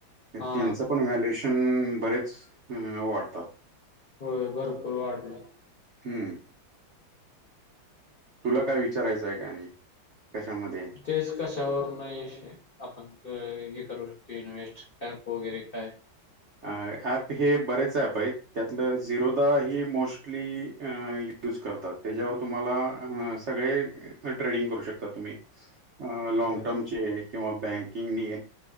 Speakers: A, on the left (about 80°); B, on the right (about 60°).
A: हा
B: त्यांचं पण व्हॅल्युएशन बरेच वाढतात
A: होय भरपूर वाढले.
B: हम्म. तुला
A: हा
B: काय
A: हा
B: विचारायचंय काय आणि? कशामध्ये
A: तेच कशावर नाही आपण हे करू शकतो इन्व्हेस्ट ऍप वगैरे काय?
B: अ ऍप हे बरेच ऍप आहेत त्यातलं झिरोदा ह मोस्टली अ यूज करतात त्याच्यावर तुम्हाला सगळे ट्रेडिंग करू शकता तुम्ही अ लँग
A: बर
B: टर्म चे किंवा बँकिंग